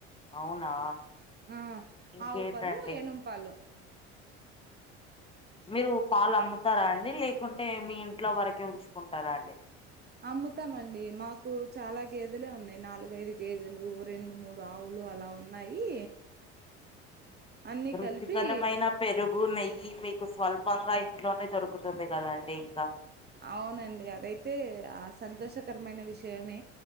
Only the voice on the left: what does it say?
అవునా
ఇంకేంటండి
మీరు పాలు అమ్ముతారా అండి లేకుంటే మీ ఇంట్లో వరకే ఉంచుకుంటారా అండి
రుచికరమైన
పెరుగు నెయ్యి మీకు స్వల్పంగా ఇంట్లోనే దొరుకుతుంది కదాండి ఇంక